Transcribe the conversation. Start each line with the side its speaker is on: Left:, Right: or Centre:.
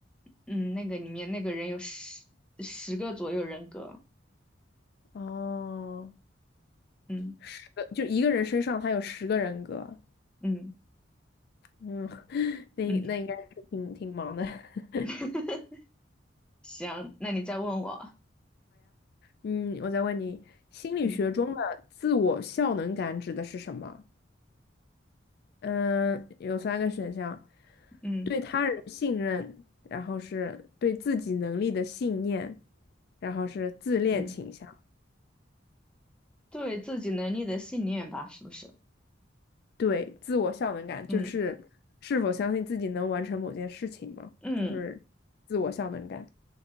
Centre: 嗯，那个里面那个人有十十个左右人格。
Left: 哦，
Centre: 嗯。
Left: 十个就一个人身上他有十个人格。
Centre: 嗯
Left: 嗯，<laughs> 那那应该是挺挺忙的。
Centre: 嗯，
Left: <laughs>
Centre: <laughs> 行，那你再问我，
Left: 嗯，我再问你，心理学中的自我效能感指的是什么？
Centre: 嗯
Left: 嗯，有三个选项：
Centre: 嗯
Left: 对他人信任，然后是对自己能力的信念，然后是自恋倾向，
Centre: 嗯，对自己能力的信念吧，是不是？
Left: 对自我效能感，就是是否相信自己能完成某件事情嘛，
Centre: 嗯嗯
Left: 就是自我效能感。